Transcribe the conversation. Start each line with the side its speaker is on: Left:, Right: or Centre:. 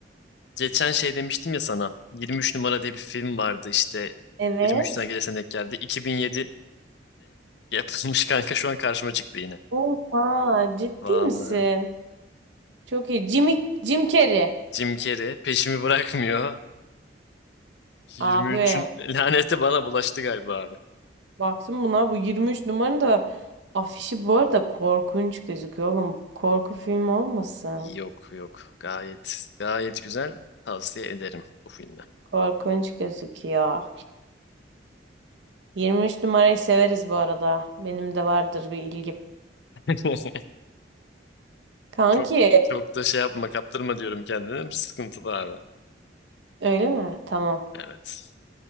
Left: geçen şey demiştim ya sana. 23 numara diye bir film vardı işte.
Right: Evet.
Left: 23'üne gelesen denk geldi. 2007'de yapılmış <laughs> kanka şu an karşıma çıktı yine.
Right: Oha ciddi
Left: Vallahi.
Right: misin? Çok iyi. Jimmy, Jim Carrey.
Left: Jim Carrey peşimi bırakmıyor. 23'ün
Right: Abi
Left: <laughs> laneti bana bulaştı galiba abi.
Right: baktım buna bu 23 numaranın da afişi bu arada korkunç gözüküyor oğlum. Bu korku filmi olmasın?
Left: Yok yok. Gayet gayet güzel. Tavsiye ederim bu filmi.
Right: Korkunç gözüküyor. 23 numarayı severiz bu arada. Benim de vardır bir ilgim.
Left: <laughs>
Right: Kanki
Left: Çok çok da şey yapma kaptırma diyorum kendine. Sıkıntılı abi.
Right: öyle mi? Tamam.
Left: Evet.